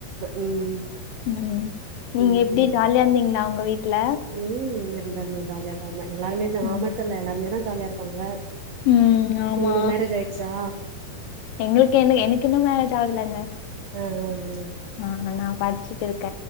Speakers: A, on the right; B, on the left.
A: ம்
B: ம் நீங்க
A: ம்
B: எப்டி ஜாலியா இருந்தீங்ளா உங்க வீட்ல
A: ம் இருந்த இருந்த ஜாலியா தா இருந்த எல்லாருமே கிராமத்துல
B: ம்
A: எல்லாருமே தா ஜாலியா இருப்பாங்க
B: ம் ஆமா
A: உங்ளுக்கு மேரேஜ் ஆய்டுச்சா
B: எங்களுக்கு என்ன எனக்கு இன்னு மேரேஜ் ஆகலங்க
A: அ அ அ
B: ஆ நா படிச்சுட்டு இருக்க